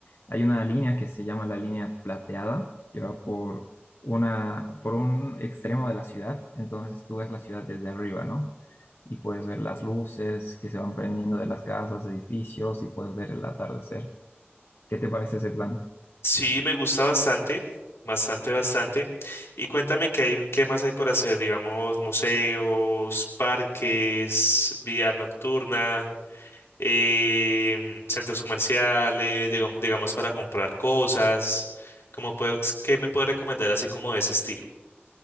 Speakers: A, on the left; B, on the left.
A: Hay una línea que se llama la línea plateada, que va por una, por un extremo de la ciudad, entonces tú ves la ciudad desde arriba, ¿no? y puedes ver las luces que se van prendiendo de las casas, edificios y puedes ver el atardecer. ¿Qué te parece ese plan?
B: Sí, me gusta bastante, bastante, bastante. Y cuéntame qué hay, qué más hay por hacer, digamos, museos, parques, vía nocturna, em, centros comerciales, digam- digamos, para comprar cosas. ¿Cómo puedo, qué me puede recomendar así como de ese estilo?